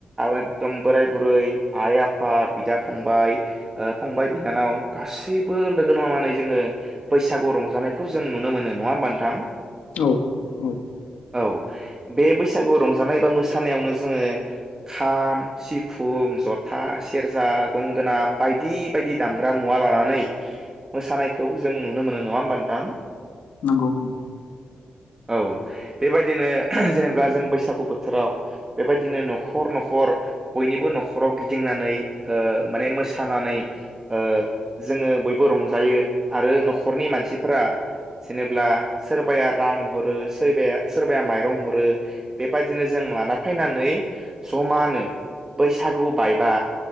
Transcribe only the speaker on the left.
औ औ
नंगौ नंगौ